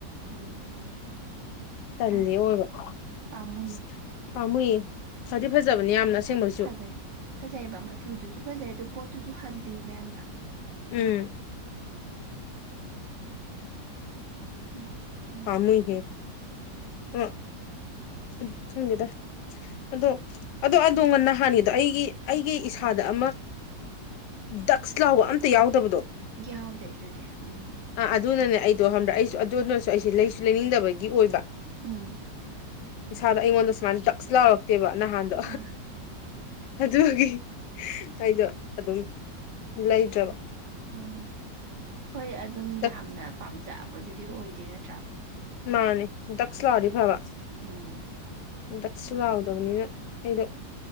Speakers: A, on the right; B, on the left.
A: ꯎꯝ
B: ꯇꯜꯂꯤ
A: ꯑꯁ
B: ꯑꯣꯏꯕ
A: ꯄꯥꯝꯃꯨꯏꯌꯦ
B: ꯑꯁ ꯄꯥꯝꯃꯨꯏꯌꯦ ꯐꯗꯤ ꯐꯖꯕꯅꯤ ꯌꯥꯝꯅ ꯑꯁꯦꯡꯕ
A: <unintelligible> ꯐꯖꯩꯕ ꯃꯆꯨꯗꯨꯁꯨ ꯐꯖꯩ ꯑꯗꯨ ꯄꯣꯠꯇꯨꯁꯨ ꯍꯜꯂꯤꯕ ꯌꯥꯝꯅ
B: ꯎꯝ
A: ꯎꯝ ꯄꯥꯝꯃꯨꯏ
B: ꯄꯥꯝꯃꯨꯏꯍꯦ <unintelligible> ꯈꯪꯗꯦꯗ ꯑꯗꯣ ꯑꯗꯣ ꯑꯗꯣ ꯅꯍꯥꯟꯒꯤꯗꯣ ꯑꯩꯒꯤ ꯑꯩꯒꯤ ꯏꯁꯥꯗ ꯑꯃ ꯗꯛꯁ ꯂꯥꯎꯕ ꯑꯝꯇ ꯌꯥꯎꯗꯕꯗꯣ
A: ꯌꯥꯎꯗꯦ ꯑꯗꯨꯗꯤ ꯎꯝ
B: ꯑꯥ ꯑꯗꯨꯅꯅꯦ ꯑꯩꯗꯣ ꯈꯪꯕ꯭ꯔꯥ ꯑꯩꯁꯨ ꯑꯗꯨꯅꯁꯨ ꯑꯩꯁꯦ ꯂꯩꯁꯨ ꯂꯩꯅꯤꯡꯗꯕꯒꯤ ꯑꯣꯏꯕ
A: ꯎꯝ
B: ꯏꯁꯥꯗ ꯑꯩꯉꯣꯟꯗ ꯁꯨꯃꯥꯏꯅ ꯗꯛꯁ ꯂꯥꯎꯔꯛꯇꯦꯕ ꯅꯍꯥꯟꯗꯣ
A: ꯑꯥ
B: ꯑꯗꯨꯒꯤ ꯑꯩꯗꯣ ꯑꯗꯨꯝ ꯂꯩꯗ꯭ꯔꯕ
A: ꯑꯥ ꯍꯣꯏ ꯑꯗꯨꯝ
B: ꯗꯛ
A: ꯌꯥꯝꯅ ꯄꯥꯝꯖꯕꯗꯨꯗꯤ ꯑꯣꯏꯗꯦ ꯅꯠꯇ꯭ꯔꯥ
B: ꯃꯥꯅꯦ ꯗꯛꯁ ꯂꯥꯎꯔꯗꯤ
A: ꯎꯝ
B: ꯐꯕ
A: ꯎꯝ
B: ꯗꯛꯁ ꯁꯨ ꯂꯥꯎꯗꯕꯅꯤꯅ ꯑꯩꯗꯣ